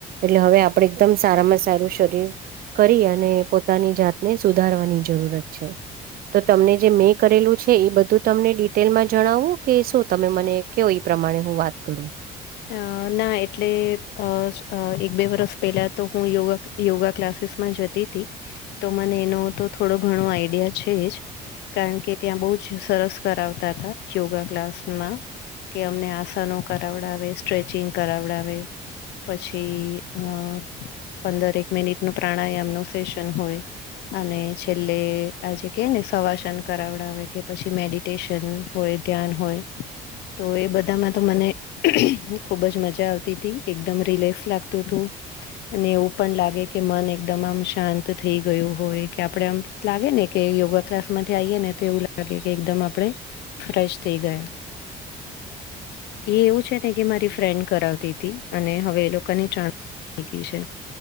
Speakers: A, on the right; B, on the left.
A: એટલે હવે આપડે એકદમ સારામાં સારું શરીર કરી અને પોતાની જાતને સુધારવાની જરૂરત છે. તો તમને જે મેં કરેલું છે ઈ બધું જ તમને ડિટેલમાં જણાવું, કે શું તમે મને કયો ઈ પ્રમાણે હું વાત કરું.
B: અહ ના એટલે અહ-અહ એક બે વરસ પહેલા તો હું યોગા ક યોગા ક્લાસીસમાં જતી તી. તો મને એનો તો થોડો ઘણો આઈડિયા છે જ. કારણ કે ત્યાં બહુ જ સરસ કરાવતા હતા યોગા ક્લાસમાં. કે અમને આસનો કરાવડાવે, સ્ટ્રેચિંગ કરાવડાવે પછી અહ પંદરેક મિનિટ નું પ્રાણાયામ નું સેશન હોય. અને છેલ્લે આજે કે ને સવાસન કરાવડાવે કે પછી મેડિટેશન હોય, ધ્યાન હોય, તો એ બધામાં તો મને હું ખુબ જ મજા આવતી તી, એકદમ રિલેક્સ લાગતું તું. અને એવું પણ લાગે કે મન એકદમ આમ શાંત થઈ ગયું હોય કે આપડે આમ લાગે ને કે યોગા ક્લાસ માંથી આઈએ ને તો એવું લાગે કે એકદમ આપણેે ફ્રેશ થઈ ગયા. એ એવું છે ને કે મારી ફ્રેન્ડ કરાવતી તી. અને હવે એ લોકોની ટ્રાન થઈ ગઈ છે.